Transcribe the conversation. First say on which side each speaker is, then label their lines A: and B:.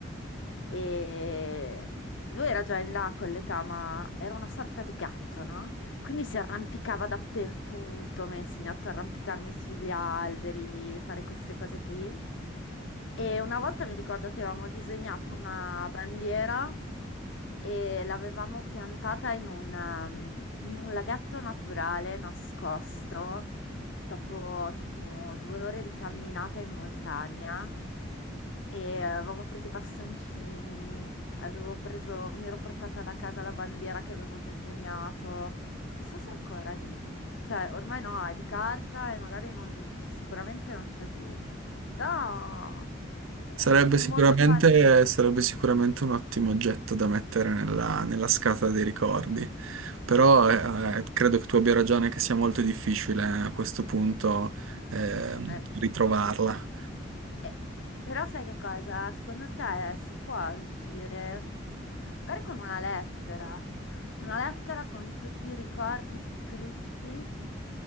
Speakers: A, on the left; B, on the right.
A: E lui era già in là con l'età, ma era una sorta di gatto, no? Quindi si arrampicava dappertutto, mi ha insegnato a arrampicarmi sugli alberi, fare queste cose qui. E una volta mi ricordo che avevamo disegnato una bandiera e l'avevamo piantata in un, um, in un laghetto naturale nascosto dopo tipo due ore di camminata in montagna. E avevamo preso i bastoncini, avevo preso, mi ero portata da casa la bandiera che avevo disegnato. Chissà se è ancora lì. Cioè, ormai no, è di carta e magari non, sicuramente non c'è più. Però
B: Sarebbe
A: eh, in un
B: sicuramente,
A: mondo par-
B: sarebbe sicuramente un ottimo oggetto da mettere nella, nella scatola dei ricordi, però eh, eh, credo che tu abbia ragione che sia molto difficile eh, a questo punto ehm,
A: eh,
B: ritrovarla.
A: eh, però sai che cosa? Secondo te si può riuscire? Magari con una lettera, una lettera con tutti i ricordi scritti,